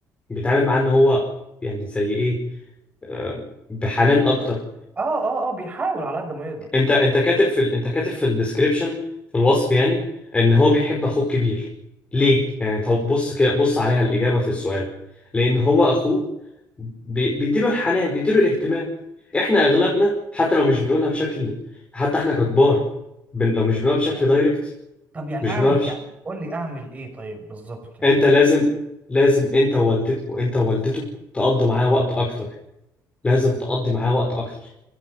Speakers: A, on the left; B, on the right.
A: بيتعامل معاه ان هو يعني زي ايه آه، بحنان اكتر
B: اخوه اه اه اه بيحاول على قد ما يقدر
A: انت انت كاتب في ال... انت كاتب في الديسكريبشن في الوصف يعني ان هو بيحب اخوه الكبير ليه يعني طب بص كده بص عليها الاجابه في السؤال لان هو اخوه بي... بيديله الحنان بيديله الاهتمام احنا اغلبنا حتى لو مش بنقولها بشكل حتى احنا ككبار بن... لو مش بنقولها بشكل
B: يعني
A: دايركت
B: طب يعني
A: مش
B: اعمل
A: بنقولها بش...
B: يعني قول لي اعمل ايه طيب بالظبط يعني
A: انت لازم لازم انت ووالدته وانت ووالدته تقضوا معاه وقت اكتر لازم تقضي معاه وقت اكتر